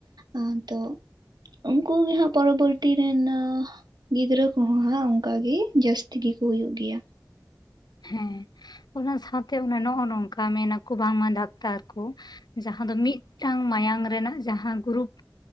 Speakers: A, on the right; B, on the left.
A: ᱟᱸ ᱛᱚ ᱩᱱᱠᱩ ᱜᱮ ᱦᱟᱸᱜ ᱯᱚᱨᱚᱵᱚᱨᱛᱤ ᱨᱮᱱ ᱜᱤᱫᱽᱨᱟᱹ ᱠᱚᱦᱚᱸ ᱦᱟᱸᱜ, ᱚᱱᱠᱟ ᱜᱮ ᱡᱟᱹᱥᱛᱤ ᱜᱮᱠᱚ ᱦᱩᱭᱩᱜ ᱜᱮᱭᱟ
B: ᱦᱮᱸ ᱚᱱᱟ ᱥᱟᱶᱛᱮ ᱱᱚᱜᱼᱚ ᱱᱚᱝᱠᱟ ᱢᱮᱱᱟᱠᱚ ᱵᱟᱝᱢᱟ ᱰᱟᱠᱛᱟᱨ ᱠᱚ ᱡᱟᱦᱟᱸ ᱫᱚ ᱢᱤᱫᱴᱟᱝ ᱢᱟᱭᱟᱝ ᱨᱮᱱᱟᱜ ᱡᱟᱦᱟᱸ ᱜᱩᱨᱩᱯ